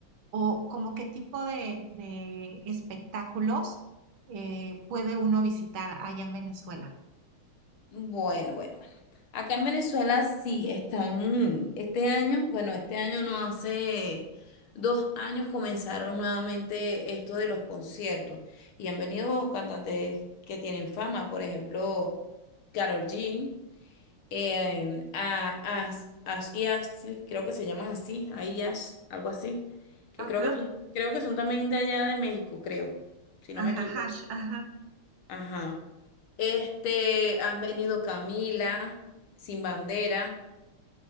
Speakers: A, on the right (about 70°); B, on the left (about 75°).
A: o como qué tipo de, de espectáculos eh, puede uno visitar allá en Venezuela.
B: Bueno, bueno. Acá en Venezuela sí están, este año, bueno, este año no, hace dos años comenzaron nuevamente esto de los conciertos y han venido cantantes que tienen fama, por ejemplo, Karol G, eh, a, As, As- y Ashley, creo que se llaman así, ahí Ash, algo así, que
A: Ajá,
B: creo que son, creo que son también de allá de México, creo, si no
A: ajá,
B: me equivoco.
A: hash, ajá.
B: Ajá. Este, han venido Camila, Sin Bandera.